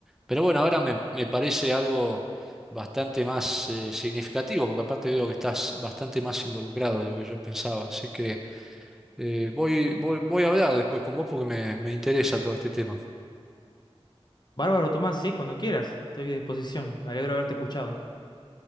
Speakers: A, in the centre; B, on the left (about 45°).
A: pero bueno, ahora me, me parece algo bastante más eh, significativo, porque aparte veo que estás bastante más involucrado de lo que yo pensaba, así que... Eh, voy, voy, voy a hablar después con vos porque me, me interesa todo este tema.
B: Bárbaro, Tomás, sí, cuando quieras, estoy a disposición. Me alegro de haberte escuchado.